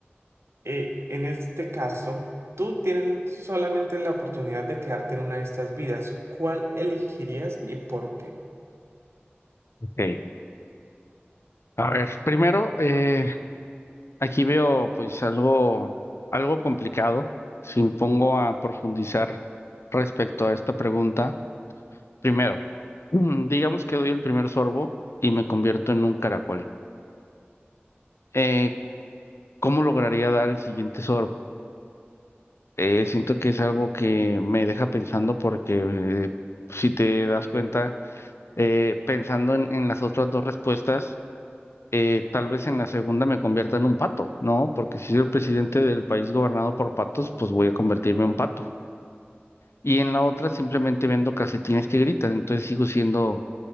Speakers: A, on the right; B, on the left.
A: eh, en este caso, tú tienes solamente la oportunidad de quedarte en una de estas vidas. ¿Cuál elegirías y por qué?
B: Ok. A ver, primero, eh, Aquí veo pues algo, algo complicado si me pongo a profundizar respecto a esta pregunta. Primero, <clears throat> mm, digamos que doy el primer sorbo y me convierto en un caracol. Eh, ¿cómo lograría dar el siguiente sorbo? Eh, siento que es algo que me deja pensando porque eh, si te das cuenta, eh, pensando en, en las otras dos respuestas, eh, tal vez en la segunda me convierta en un pato, ¿no? Porque si soy el presidente del país gobernado por patos, pues voy a convertirme en un pato. Y en la otra simplemente vendo calcetines que gritan, entonces sigo siendo